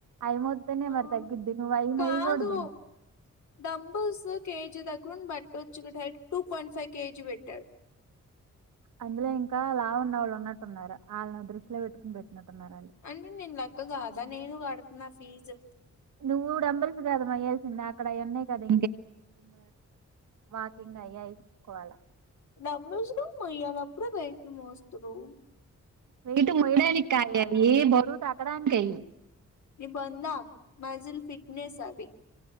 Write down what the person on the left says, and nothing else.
ఆ
కాదు
డంబుల్స్ కేజీ దక్కున్ బట్టచ్చు డై టూ వన్ ఫైవ్ కేజీ పెట్టాడు.
అంటే నేను లెక్క కాదా నేను కడుతున్నా ఫీజు
డంబెల్స్ కూడా మోయ్యాలి అప్పుడే వెయిట్ మోస్తురు
నీ బొంద మాజిల్ ఫిట్నేస్ అవి